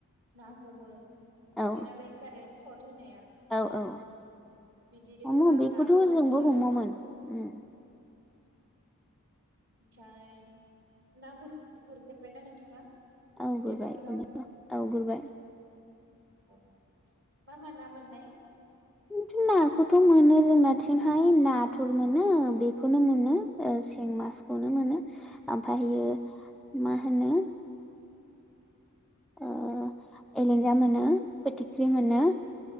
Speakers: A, on the right; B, in the centre.
A: ना हमो। मिथियोना
B: औ
A: बै कारेन्ट सत होनाया
B: औ औ
A: बिदिनो
B: हमो
A: गोबां
B: बेखौथ'
A: नाबो
B: जोंबो
A: हमो आरो
B: हमोमोन
A: औ
B: उम
A: ओमफ्राय ना गर-गुरफेरबायना नोंथाङा
B: औ गुरबाय
A: दैमाफोराव
B: गुरनायथ औ गुरबाय
A: औ मा मा ना मोननाय
B: <unintelligible> थ मोनो जोंना नहाय नाथुर मोनो बेखौनो मोनो ओ जों मासखौनो
A: औ
B: मोनो ओमफायो मा होनो ओ एलेंगा मोनो फोथिख्रि मोनो